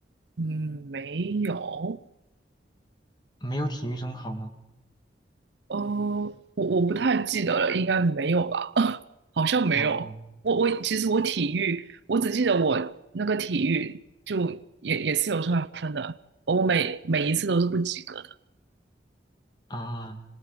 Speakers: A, on the right (about 70°); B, on the left (about 25°).
A: 嗯没有。
B: 没有体育中考吗？
A: 哦，我我不太记得了，应该没有吧？<laughs> 好像没有。
B: 哦
A: 我我其实我体育，我只记得我那个体育就也也是有算分的，我每每一次都是不及格的，
B: 啊，